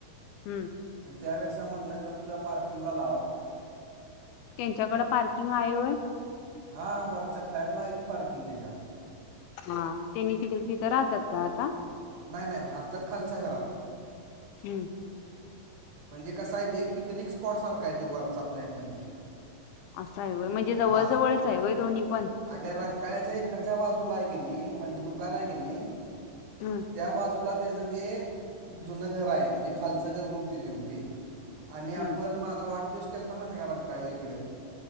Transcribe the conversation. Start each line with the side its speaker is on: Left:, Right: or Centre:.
Left: हम्म.
Right: मग त्यापेक्षा म्हणलं गप तुझ्या पार्किंगला लाव.
Left: त्यांच्याकडं पार्किंग हाय होय?
Right: हा, वरच्या फ्लॅटला हाय की पार्किंग त्याच्या.
Left: हा, त्यांनी तिक तिथं राहतात का आता?
Right: नाही नाही, राहतात खालच्या घरात.
Left: हम्म.
Right: म्हणजे कसंय ते, पिकनिक स्पॉट सारखा हाय ते वरचा फ्लॅट म्हणजे.
Left: असं आहे होय? म्हणजे जवळ
Right: हां
Left: जवळच आहे होय दोन्ही पण?
Right: अगं रंकाळ्याच्या इकडच्या बाजूला आहे की नाही, म्हणजे दुकान आहे की नाही?
Left: हम्म
Right: त्याबाजूला त्याचं ते जुनं घर हाय, जे खालचं घर म्हणतो त्यो ते. आणि
Left: हम्म
Right: आपण माझा वाढदिवस केलता माहितीये का रंकाळ्याव इकडं?